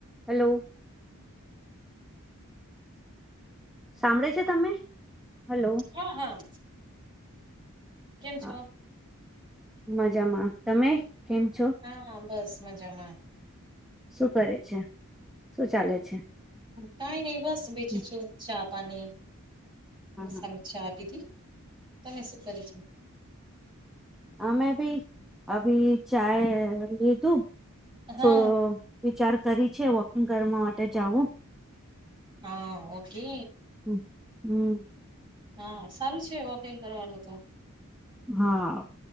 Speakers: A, in the centre; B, on the right.
A: Hello. સાંભળે છે તમે? હલો
B: હા હા કેમ
A: હા.
B: છો
A: મજામાં, તમે કેમ છો?
B: હા બસ મજામાં.
A: શું કરે છે, શું ચાલે છે?
B: કઈ નહી બસ બેઠી
A: હમ,
B: છું, ચા પાણી
A: હા
B: મસામે
A: હા
B: ચા પીધી. તમે શું કર્યું છો?
A: હ મેં ભાઈ અભી ચાય લીધું.
B: હા
A: તો વિચાર કરી છે, વોકિંગ કરવા માટે જાવું.
B: હા ઓકે.
A: હમ હમ.
B: હા સારું છે વોકિંગ કરવાનું તો.
A: હા